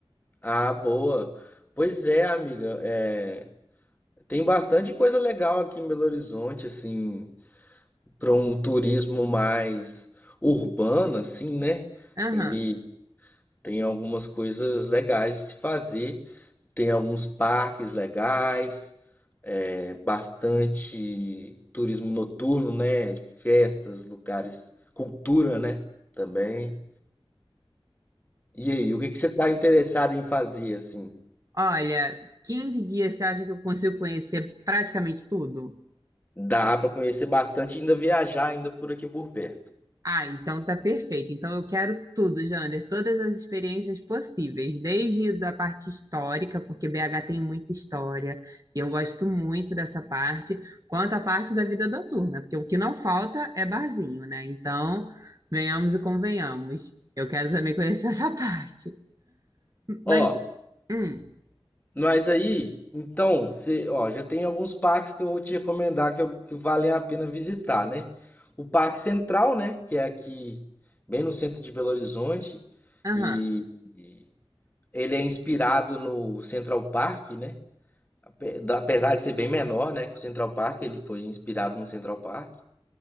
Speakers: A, on the left; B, on the right.
A: Ah, boa. Pois é, amiga, é, tem bastante coisa legal aqui em Belo Horizonte, assim, para um turismo mais urbano, assim, né?
B: Aham.
A: Ele tem algumas coisas legais de se fazer, tem alguns parques legais, é, bastante turismo noturno, né? Festas, lugares, cultura, né? Também. E aí, o que que você está interessado em fazer assim?
B: Olha, 15 dias você acha que eu consigo conhecer praticamente tudo?
A: Dá para conhecer bastante e ainda viajar ainda por aqui por perto.
B: Ah, então tá perfeito. Então eu quero tudo, Jander, todas as experiências possíveis, desde da parte histórica, porque BH tem muita história e eu gosto muito dessa parte, quanto à parte da vida noturna, porque o que não falta é barzinho, né? Então, venhamos e convenhamos. Eu quero também conhecer <laughs> essa parte.
A: Ó,
B: Mas, hum,
A: mas aí, então, você, ó, já tem alguns parques que eu vou te recomendar que, eu- que valem a pena visitar, né? O Parque Central, né, que é aqui bem no centro de Belo Horizonte
B: aham.
A: e, e ele é inspirado no Central Park, né? Ape- da- Apesar de ser bem menor, né, que o Central Park, ele foi inspirado no Central Park.